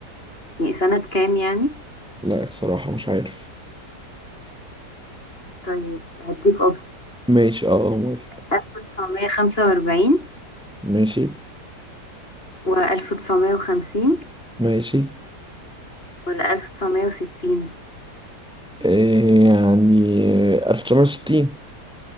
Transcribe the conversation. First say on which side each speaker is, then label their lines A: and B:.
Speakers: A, on the left; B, in the centre.
A: يعني سنة كام يعني
B: لا الصراحة مش عارف
A: طيب هديك اوبشن
B: ماشي أه آه، موافق
A: 1945
B: ماشي
A: و1950
B: ماشي
A: ولا 1960
B: إيه يعني 1960